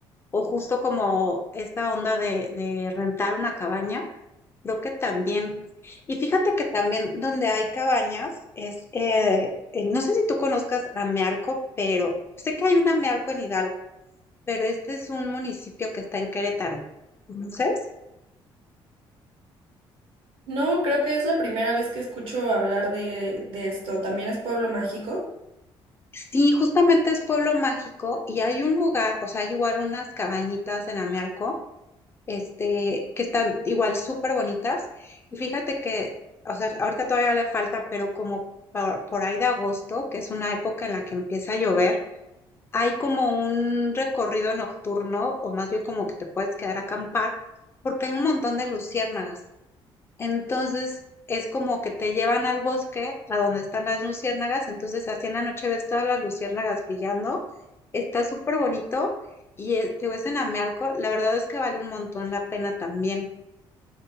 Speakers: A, on the left; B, on the right.
A: o justo como esta onda de, de rentar una cabaña, creo que también. Y fíjate que también donde hay cabañas es, eh, eh, no sé si tú conozcas Amealco, pero sé que hay una Amealco en Hidalgo, pero este es un municipio que está en Querétaro. Entonces,
B: No, creo que es la primera vez que escucho hablar de, de esto. ¿También es Pueblo Mágico?
A: sí, justamente es pueblo mágico y hay un lugar, o sea, hay igual unas cabañitas en Amealco este, que están igual súper bonitas. Y fíjate que, o sea, ahorita todavía le falta, pero como por, por ahí de agosto, que es una época en la que empieza a llover, hay como un recorrido nocturno, o más bien como que te puedes quedar a acampar, porque hay un montón de luciérnagas. Entonces es como que te llevan al bosque, a donde están las luciérnagas, entonces así en la noche ves todas las luciérnagas brillando, está súper bonito y eh, te ves en Amealco, la verdad es que vale un montón la pena también.